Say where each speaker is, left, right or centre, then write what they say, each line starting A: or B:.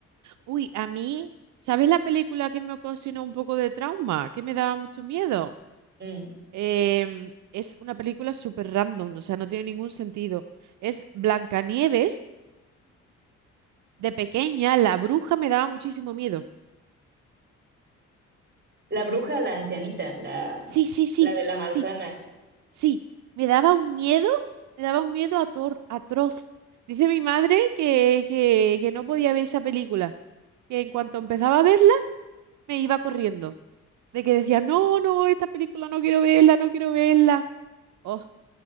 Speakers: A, on the right; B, on the right.
A: Uy, a mí, ¿sabes la película que me ocasionó un poco de trauma? Que me daba mucho miedo.
B: Mm.
A: Em, es una película súper random, o sea, no tiene ningún sentido. Es Blancanieves De pequeña, la bruja me daba muchísimo miedo.
B: La bruja, la ancianita, la,
A: Sí, sí, sí,
B: la de la manzana.
A: sí, sí. Me daba un miedo, me daba un miedo ator- atroz. Dice mi madre que, que, que no podía ver esa película, que en cuanto empezaba a verla, me iba corriendo. De que decía, no, no, esta película no quiero verla, no quiero verla. Oh,